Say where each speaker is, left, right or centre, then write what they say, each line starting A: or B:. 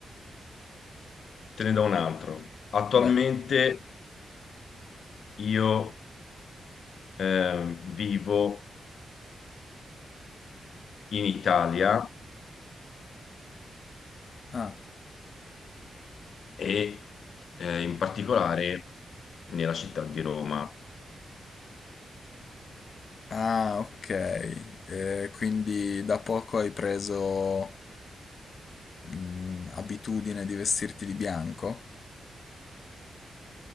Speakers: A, on the left; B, on the left.
A: Te ne do un altro. Attualmente
B: Vai.
A: io eh, vivo in Italia
B: Ah,
A: e eh, in particolare nella città di Roma.
B: ah, ok. Eh, quindi da poco hai preso mm, abitudine di vestirti di bianco?